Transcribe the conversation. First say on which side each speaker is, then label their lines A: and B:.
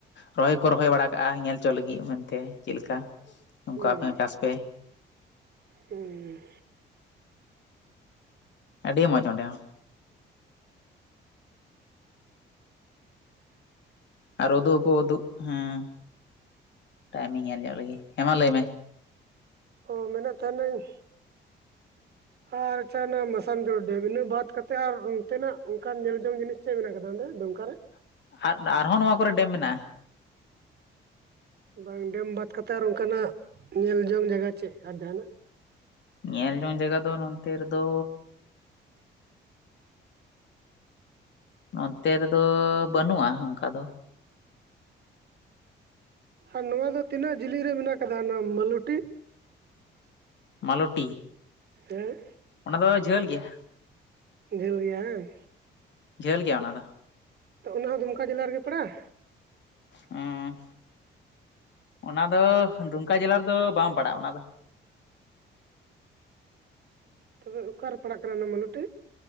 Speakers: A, on the left; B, on the right.
A: ᱨᱚᱦᱚᱭ ᱠᱚ ᱨᱚᱦᱚᱭ ᱵᱟᱲᱟ ᱠᱟᱜᱼᱟ ᱧᱮᱞ ᱚᱪᱚ ᱞᱟᱹᱜᱤᱫ ᱢᱮᱱᱛᱮ ᱪᱮᱫ ᱞᱮᱠᱟ? ᱱᱚᱝᱠᱟ
B: ᱦᱩᱸ
A: ᱟᱯᱮ ᱦᱚᱸ ᱪᱟᱥ ᱯᱮ᱾
B: ᱦᱩᱸ
A: ᱟᱹᱰᱤ ᱢᱚᱡᱽ ᱚᱸᱰᱮ ᱦᱚᱸ ᱟᱨ ᱩᱫᱩᱜ ᱦᱚᱠᱩ ᱩᱫᱩᱜ ᱦᱮᱸ ᱴᱟᱭᱤᱢᱤᱝ ᱧᱮᱞ ᱧᱚᱜ ᱞᱮᱜᱤ ᱦᱮᱢᱟ ᱞᱟᱹᱭ ᱢᱮ
B: ᱚ ᱢᱮᱱᱮᱫ ᱛᱟᱦᱮᱱᱟᱹᱧ ᱟᱨ ᱟᱪᱷᱟ ᱚᱱᱟ ᱢᱟᱥᱟᱱᱡᱳᱲ ᱰᱮᱢ ᱤᱱᱟᱹ ᱵᱟᱫ ᱠᱟᱛᱮᱫ ᱟᱨ ᱚᱱᱛᱮᱱᱟᱜ ᱚᱱᱠᱟ ᱧᱮᱞ ᱡᱚᱝ ᱡᱤᱱᱤᱥ ᱪᱮᱫ ᱢᱮᱱᱟᱜ ᱟᱠᱟᱫᱟ ᱚᱸᱰᱮ ᱫᱩᱢᱠᱟ ᱨᱮ?
A: ᱟᱨ ᱟ ᱟᱨᱦᱚᱸ ᱱᱚᱶᱟ ᱠᱚᱨᱮ ᱰᱮᱢ ᱢᱮᱱᱟᱜ-ᱟ
B: ᱵᱟᱝ ᱰᱮᱢ ᱵᱟᱫ ᱠᱟᱛᱮᱫ ᱟᱨ ᱚᱱᱠᱟᱱᱟᱜ ᱧᱮᱞ ᱡᱚᱝ ᱡᱟᱭᱜᱟ ᱪᱮᱫ ᱟᱨ ᱡᱟᱦᱱᱟᱜ?
A: ᱧᱮᱞ ᱡᱚᱝ ᱡᱟᱭᱜᱟ ᱫᱚ ᱱᱚᱛᱮ ᱨᱮᱫᱚ ᱚᱱᱛᱮ ᱨᱮᱫᱚ ᱵᱟᱹᱱᱩᱜ-ᱟ ᱚᱱᱠᱟ ᱫᱚ
B: ᱟᱨ ᱱᱚᱶᱟ ᱫᱚ ᱛᱤᱱᱟᱹᱜ ᱡᱤᱞᱤᱧ ᱨᱮ ᱢᱮᱱᱟᱜ ᱠᱟᱫᱟ ᱚᱱᱟ ᱢᱟᱞᱩᱴᱤ?
A: ᱢᱟᱞᱚᱴᱤ
B: ᱦᱮᱸ
A: ᱚᱱᱟ ᱫᱚ ᱡᱷᱟᱹᱞ ᱜᱮᱭᱟ᱾
B: ᱡᱷᱟᱹᱞ ᱜᱮᱭᱟ ᱦᱟᱝ᱾
A: ᱡᱷᱟᱹᱞ ᱜᱮᱭᱟ ᱚᱱᱟ ᱫᱚ᱾
B: ᱛᱚ ᱚᱱᱟ ᱦᱚᱸ ᱫᱩᱢᱠᱟ ᱡᱮᱞᱟ ᱨᱮᱜᱮ ᱯᱟᱲᱟᱜ-ᱟ᱾
A: ᱦᱟᱸ ᱚᱱᱟ ᱫᱚ ᱫᱩᱢᱠᱟ ᱡᱮᱞᱟ ᱨᱮᱫᱚ ᱵᱟᱝ ᱯᱟᱲᱟᱜ-ᱟ ᱚᱱᱟ ᱫᱚ
B: ᱛᱚᱵᱮ ᱚᱠᱟᱨᱮ ᱯᱟᱲᱟᱜ ᱠᱟᱱᱟ ᱚᱱᱟ ᱢᱟᱱᱚᱴᱤᱡ᱾